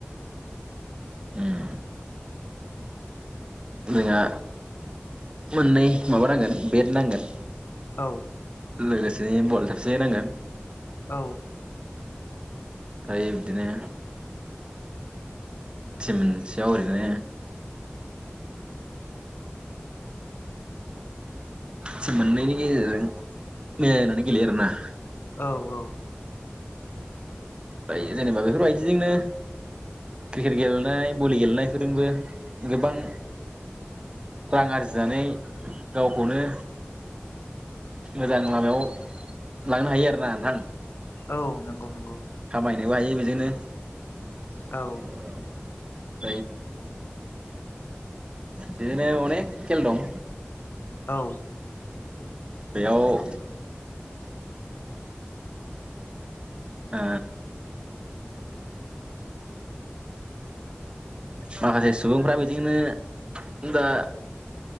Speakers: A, on the right; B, on the left.
A: उम जोंहा मोननै माबा नांगोन बेड नांगोन।
B: औ।
A: लोगोसेनो बल थोबसे नांगोन।
B: औ।
A: फ्राय बिदिनो टिम मोनसेयाव ओरैनो टिम मोननैनि गेजेरजों मिलायलायनानै गेलेयो आरोना।
B: औ औ।
A: दायो जेनेबा बेफोरबायदिजोंनो क्रिकेट गेलेनाय बलि गेलेनायफोरजोंबो गोबां रां आरजिनानै गावखौनो मोजां लामायाव लांनो हायो आरोना नोंथां
B: औ नंगौ नंगौ
A: खामायनोबो हायो बिजोंनो
B: औ
A: <unintelligible> बिदिनो अनेक खेल दं।
B: औ
A: बेयाव ओ माखासे सुबुंफ्रा बिजोंनो दा